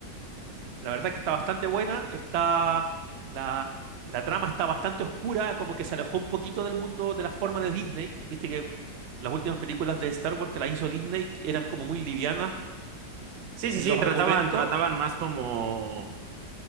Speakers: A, on the right; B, on the right.
A: La verdad que está bastante buena, está la, la trama está bastante oscura, como que se alejó un poquito del mundo de la forma de Disney. Viste que las últimas películas de Star Wars que las hizo Disney eran como muy livianas
B: Sí, sí,
A: en
B: sí,
A: los
B: trataban,
A: argumentos.
B: trataban más como